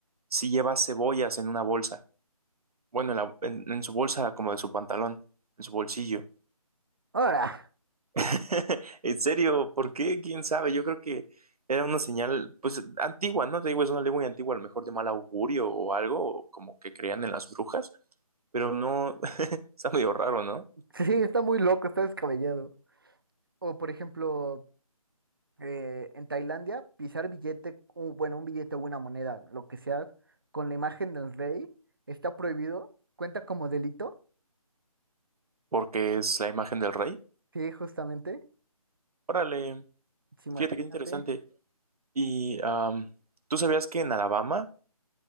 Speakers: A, on the right; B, on the right.
A: si lleva cebollas en una bolsa, bueno, en, la- en- en su bolsa como de su pantalón, en su bolsillo.
B: Ahora,
A: <laughs> En serio, ¿por qué? ¿Quién sabe? Yo creo que era una señal, pues, antigua, ¿no? Te digo, es una ley muy antigua, a lo mejor de mal augurio o algo, o como que creían en las brujas, pero no, <laughs> está medio raro, ¿no?
B: <laughs> sí, está muy loco, está descabellado. O por ejemplo, eh, en Tailandia, pisar billete, u- bueno, un billete o una moneda, lo que sea, con la imagen del rey, está prohibido, cuenta como delito.
A: Porque es la imagen del rey.
B: Sí, justamente.
A: Órale,
B: Sí, imagínate.
A: fíjate qué interesante. Y am, tú sabías que en Alabama,